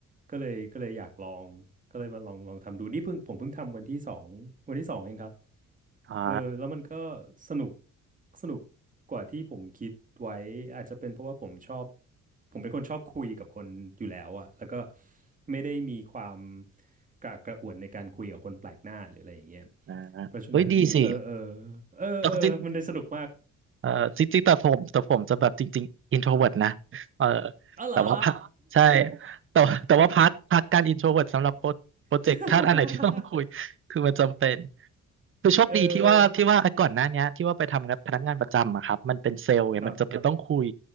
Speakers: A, on the right; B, on the right.
A: ก็เลยก็เลยอยากลองก็เลยมาลองลองทำดูนี่เพิ่งผมเพิ่งทำวันที่สองวันที่สองเองครับ
B: อ่า
A: เออแล้วมันก็สนุกสนุกกว่าที่ผมคิดไว้อาจจะเป็นเพราะว่าผมชอบผมเป็นคนชอบคุยกับคนอยู่แล้วอะแล้วก็ไม่ได้มีความกระอักกระอ่วนในการคุยกับคนแปลกหน้าหรืออะไรอย่างเงี้ย
B: อ่า
A: เพราะฉะนั้นเออเออ
B: เฮ้ยดีสิ
A: เออเออมันได้สนุกมาก
B: ต้องจริงเอ่อจริงๆแต่ผมแต่ผมจะแบบจริงๆ introvert นะเออ
A: อ๋อเหรอ
B: แต่ว่าพักใช่แต่ว่าแต่ว่าพักพักการ introvert สำหรับโปรโปรเจกต์ถ้าอันไหนที่ต้องคุยคือมันจำเป็น
A: <laughs>
B: คือโชคดีที่ว่าที่ว่าไอ้ก่อนหน้าเนี้ยที่ว่าไปทำงานพนักงานประจำอะครับมันเป็นเซลล์ไงมันจะเป็นต้องคุย
A: เออครับ